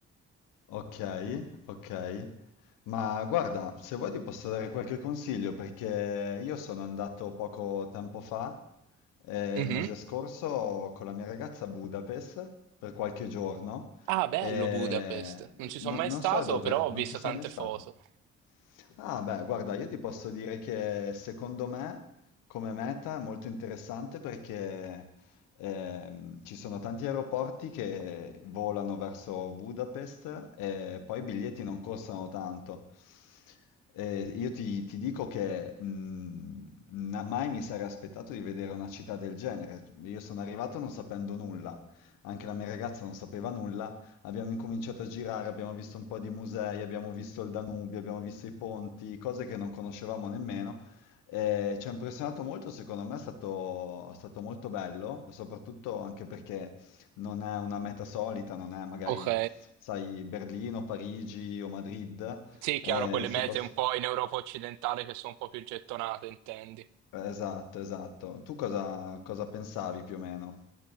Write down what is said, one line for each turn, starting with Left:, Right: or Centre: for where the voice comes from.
Left: Ok, ok. Ma guarda, se vuoi ti posso dare qualche consiglio perché io sono andato poco tempo fa, eh,
Right: Mhm.
Left: il mese scorso, con la mia ragazza a Budapest per qualche giorno
Right: Ah, bello
Left: e
Right: Budapest. Non ci sono
Left: no-
Right: mai
Left: non
Right: stato,
Left: so dove,
Right: però ho
Left: non
Right: visto
Left: ci sei
Right: tante
Left: mai stato.
Right: foto.
Left: Ah, beh, guarda, io ti posso dire che secondo me come meta è molto interessante perché ehm, ci sono tanti aeroporti che volano verso Budapest e poi i biglietti non costano tanto. Eh, io ti, ti dico che mh, na- mai mi sarei aspettato di vedere una città del genere. Io sono arrivato non sapendo nulla, anche la mia ragazza non sapeva nulla. Abbiamo incominciato a girare, abbiamo visto un po' di musei, abbiamo visto il Danubio, abbiamo visto i ponti, cose che non conoscevamo nemmeno. Eh, ci ha impressionato molto, secondo me è stato, è stato molto bello, e soprattutto anche perché non è una meta solita, non è magari,
Right: Ok.
Left: sai, Berlino, Parigi o Madrid.
Right: Sì, chiaro,
Left: Eh,
Right: quelle
Left: si
Right: mete
Left: poss-
Right: un po' in Europa occidentale che sono un po' più gettonate, intendi.
Left: Esatto, esatto. Tu cosa, cosa pensavi più o meno?